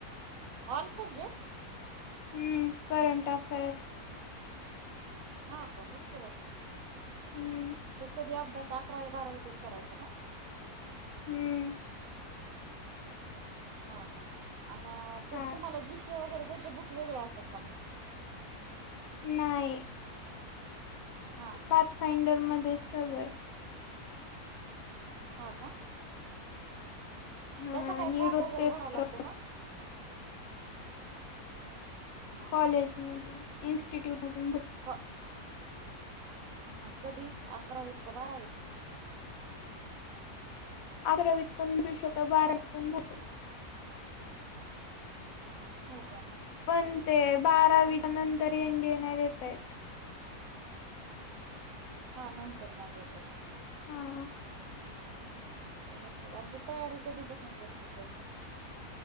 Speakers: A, on the right; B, on the left.
A: All subject??
B: हम्म करंट अफेर्स.
A: हा का भरपूर असते
B: हम्म
A: त्यो कधी अभ्यास अकरा बारावीतच करायचा का??
B: हम्म...
A: हा का आन ते
B: हा
A: तुम्हाला जी केे वगैरे त्याचे बुक वेगळे असतात का मंग??
B: नाही.
A: हा
B: पाथ फाइंडर मध्ये सगय
A: हा का
B: हा
A: त्याचा काय
B: आणि
A: फॉर्म
B: रोज
A: वगैरे
B: पेपर
A: भरावा लागतो का? हा
B: कॉलेज मधून इन्स्टिट्यूट मधून.
A: क हा कधी अकरावीत का बारावीत?
B: अकरावीत पण भरू शकतो, बारावीत पण भरू शकतो.
A: हो का
B: पण ते बारावी नंतर एंडि येन नाही देता येत.
A: हा नंतर नाही देता येत.
B: हाहा
A: आणि काय लक्षात आणि तू तयारी कधीपासून करतेस त्याची?